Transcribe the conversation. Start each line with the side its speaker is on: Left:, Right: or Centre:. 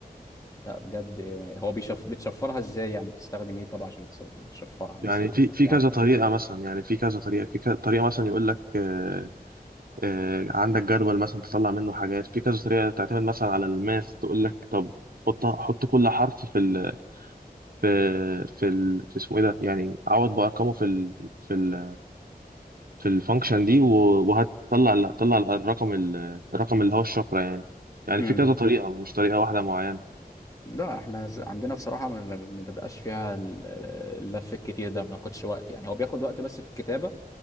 Left: ده بجد يعني هو بيشف بتشفرها ازاي يعني بتستخدم ايه طبعا عشان تص- تشفرها مثلا
Right: يعني في
Left: او ترجعها
Right: في كذا
Left: تاني
Right: طريقة مثلا يعني في كذا طريقة في كذا طريقة مثلا يقول لك آه، آه، عندك جدول مثلا تطلع منه حاجات في كذا طريقة تعتمد مثلا على الماث تقول لك طب حط حط كل حرف في ال في في ال... في اسمه ايه ده يعني عوض بارقامه في ال... في ال... في الفانكشن دي و- وهتطلع ال- طلع ال- الرقم ال... الرقم اللي هو الشفره يعني يعني
Left: امم.
Right: في كذا طريقه مش طريقه واحده معينه
Left: لا احنا ز- عندنا بصراحة ما ما- ما بيبقاش فيها ال- اللف الكتير ده ما بناخدش وقت يعني هو بياخد وقت بس في الكتابة